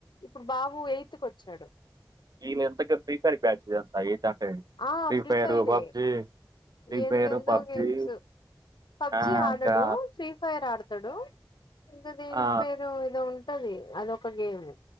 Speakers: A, on the left; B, on the right.
A: ఇప్పుడు బాబు ఎయిత్ కొచ్చాడు
B: వీళ ఎంతక ప్రీఫైర్ బ్యాచ్ ఇస్ ఎంతా ఏయితే అంటే
A: ఆ ఫ్రీ
B: ఫైర్
A: ఫైరే
B: పబ్జి ఫ్రీ
A: ఎందెందో
B: ఫైర్ పబ్జి
A: గేమ్స్ పబ్జి
B: ఆ
A: ఆడడు
B: ఇంకా
A: ఫీ ఫైర్ ఆడతాడు ఇంకా దీని
B: ఆ
A: పేరు ఏదో ఉంటది అదొక గేమ్